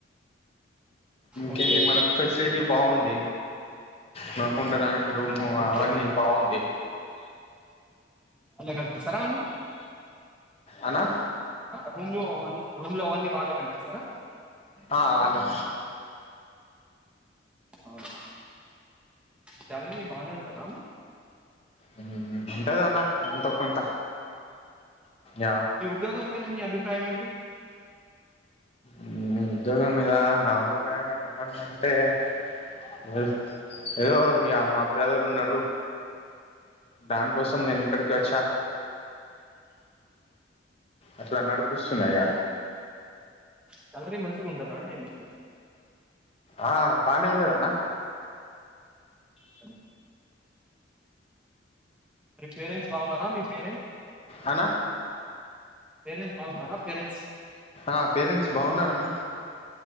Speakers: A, on the left (about 30°); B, in the centre.
A: ఇంకేంటి
B: ఓకే
A: మనకు ఫెసిలిటీ బాగుంది మనకు ఉండడానికి రూము
B: ఓకే
A: అవన్నీ బాగుంది
B: అలా కలిపిస్తరా అన్ని
A: అన్న
B: రూమ్ లో రూమ్ లో అవన్నీ వాళ్ళే కల్పిస్తారా
A: ఆ వాళ్ళే
B: అవునా శాలరి బాగానే ఉంటద
A: ఉ ఉంటదన్న ఎంతో కొంత యా
B: మీ ఉద్యోగం పైన మీ అభిప్రాయం ఏంటి
A: మ్మ్ ఉద్యోగం మీద నా అభిప్రాయం ఏముందంటే అంటే ఏదో ఇగ మా బ్రదర్ ఉన్నాడు దానికోసం నేను ఇక్కడికి వచ్చా అట్లా నడిపిస్తున్నా ఇగ
B: సాలరీ మంచిగా ఉంటదా అంటే మీకు
A: ఆ బానే ఉంటదన్న
B: సరే మీ పేరెంట్స్ బాగున్నారా మీ పేరెంట్స్
A: అన్న
B: పేరెంట్స్ బాగున్నారా పేరెంట్స్
A: ఆ పేరెంట్స్ బాగున్నారన్న